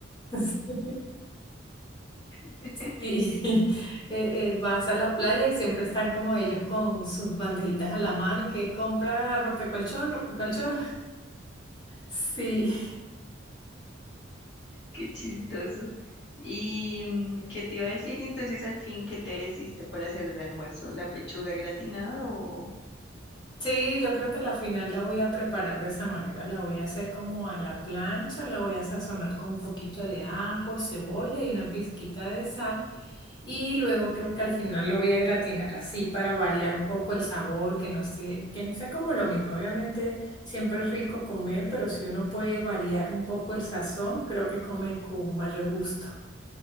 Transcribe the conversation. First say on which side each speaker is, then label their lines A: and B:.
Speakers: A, on the left; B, on the left.
A: <laughs>
B: <laughs>
A: Sí, eh, eh, vas a la playa y siempre están como ellos con sus bandejitas a la mano que compra rompecolchón, rompecolchón. Sí,
B: Qué chistoso. ¿Y mm, qué te iba a decir? Y entonces al fin, ¿qué te decidiste por hacer de almuerzo? ¿La pechuga gratinada o...?
A: sí, yo creo que la final la voy a preparar de esa manera, la voy a hacer como a la plancha, la voy a sazonar con un poquito de ajo, cebolla y una pizquita de sal. Y luego creo que al final lo voy a gratinar así para variar un poco el sabor, que no sé que no sea como lo mismo. Obviamente siempre es rico comer, pero si uno puede variar un poco el sazón, creo que come con mayor gusto.